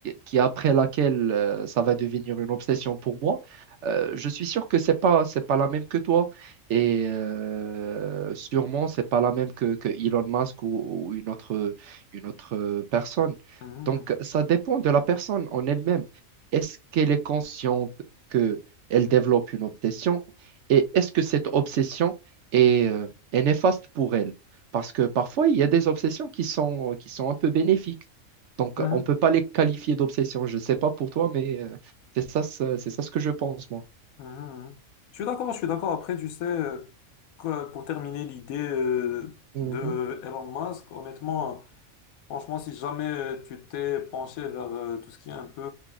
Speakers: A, on the right; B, on the left.
A: qui après laquelle euh, ça va devenir une obsession pour moi, euh, je suis sûr que c'est pas, c'est pas la même que toi. Et euh, sûrement, c'est pas la même que, que Elon Musk ou, ou une autre, une autre personne.
B: Mhm,
A: Donc, ça dépend de la personne en elle-même. Est-ce qu'elle est consciente que elle développe une obsession? Et est-ce que cette obsession est, euh, est néfaste pour elle? Parce que parfois, il y a des obsessions qui sont, qui sont un peu bénéfiques. Donc,
B: mhm,
A: on ne peut pas les qualifier d'obsessions. Je ne sais pas pour toi, mais euh, c'est ça, ce- c'est ça ce que je pense, moi.
B: mhm, mhm, mhm. Je suis d'accord, je suis d'accord. Après, tu sais, euh, quoi, pour terminer l'idée euh,
A: Mhm.
B: de Elon Musk, honnêtement, Franchement, si jamais euh, tu t'es penché vers euh, tout ce qui est un peu